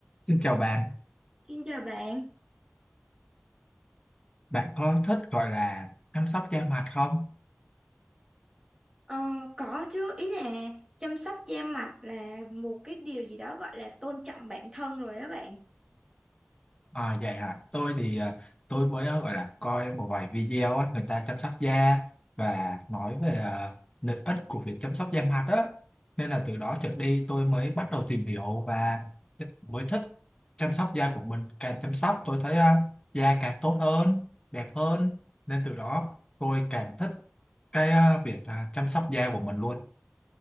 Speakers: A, on the left; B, on the right.
A: Xin chào bạn,
B: Xin chào bạn.
A: bạn có thích gọi là chăm sóc da mặt không?
B: Ờ, có chứ, ý là chăm sóc da mặt là một cái điều gì đó gọi là tôn trọng bản thân rồi đó bạn.
A: À, vậy hả? Tôi thì à, tôi mới à, gọi là coi một vài video á, người ta chăm sóc da và nói về à, lợi ích của việc chăm sóc da mặt á. Nên là từ đó trở đi tôi mới bắt đầu tìm hiểu và mới thích chăm sóc da của mình. Càng chăm sóc tôi thấy à, da càng tốt hơn, đẹp hơn. Nên từ đó tôi càng thích cái à, việc à, chăm sóc da của mình luôn.